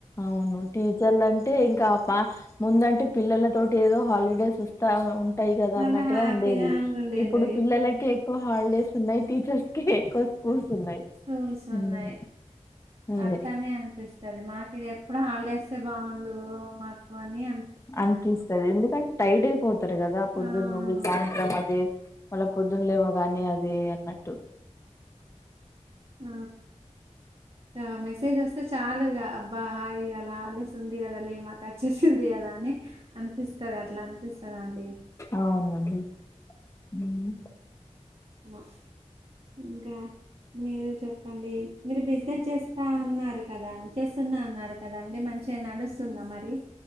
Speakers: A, on the left; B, on the right.
A: అవును టీచర్లు అంటే ఇంకా బా ముందంటే పిల్లలతోటి ఏదో హాలిడేస్ ఇస్ ఉంటాయి కదా
B: చానా
A: అన్నట్టుగా
B: హ్యాపీగా
A: ఉండేది
B: అనుకుంటుండే
A: ఇప్పుడు పిల్లలకే ఎక్కువ హాలిడేస్ ఉన్నాయి టీచర్స్ కి ఎక్కువ స్కూల్స్ ఉన్నాయి
B: స్కూల్స్
A: హ్మ్.
B: ఉన్నాయి
A: అదే
B: అట్లనే అని చూపిస్తది మాకు ఎప్పుడు హాలిడేస్ బాగుండు మాకు అని
A: అనిపిస్తది ఎందుకంటే టైర్డ్ అయిపోతారు కదా పొద్దున్న
B: అవును
A: నుండి సాయంత్రం అది మల పొద్దున లేవగానే అది అనట్టు
B: ఆ గా మెసేజ్ వస్తే చాలుగా అబ్బా హాయి ఆయాల హాలిడేస్ ఉంది కదా లే మాక్ వాచ్చేసింది కదా అని అనిపిస్తది అట్లా అనిపిస్తది అండి
A: అవునండి హ్మ్
B: మ ఇంకా మీరే చెప్పండి మీరు బిజినెస్ చేస్తా అన్నారు కదా చేస్తున్న అన్నారు కాదండి మంచిగా నడుస్తుందా మరి